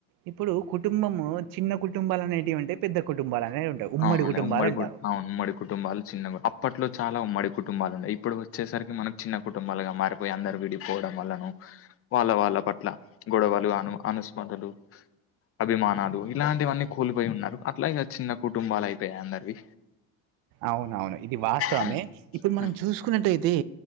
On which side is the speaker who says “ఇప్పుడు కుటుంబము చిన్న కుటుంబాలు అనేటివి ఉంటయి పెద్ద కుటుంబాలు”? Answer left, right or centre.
Right